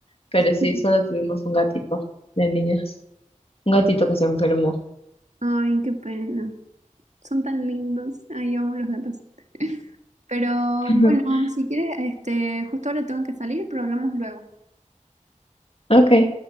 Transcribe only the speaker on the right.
Ujú.
Ay, qué pena. Son tan lindos. Ay, amo los gatos. <laughs> Pero
bueno, si quieres, este, justo ahora tengo que salir, pero hablamos luego.